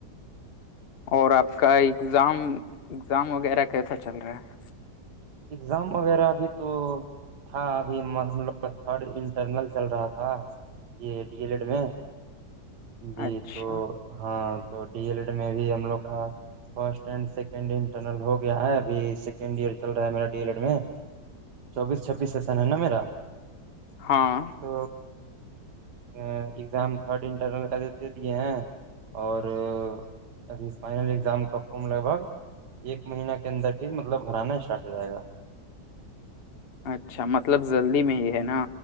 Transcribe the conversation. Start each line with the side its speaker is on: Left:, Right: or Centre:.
Left: اور آپ کا اگزام اگزام وغیرہ کیسا چل رہا ہے
Right: اگزام وغیرہ ابھی تو تھا ابھی ہم لوگ کا تھرڈ انٹرنل چل رہا تھا جی ڈی ایل ایڈ میں
Left: ہے
Right: جی
Left: اچھا
Right: تو ہاں تو ڈی ایل ایڈ میں بھی ہم لوگ کا first and second year internal ہو گیا ہے اھی سیکنڈ ایئر چل رہا ہے میرا ڈی ایل ایڈ میں چوبیس چھبیس سیشن ہے نا میرا
Left: ہاں
Right: تو ا ایگزام تھرڈ انٹر دے دیے ہیں اور ابھی فائنل اگزام کا فارم لگ بھگ ایک مہینہ کے اندر پھر مطلب ہھرانا اسٹارٹ ہو جائے گا
Left: اچھا مطلب جلدی میں ہی ہے نا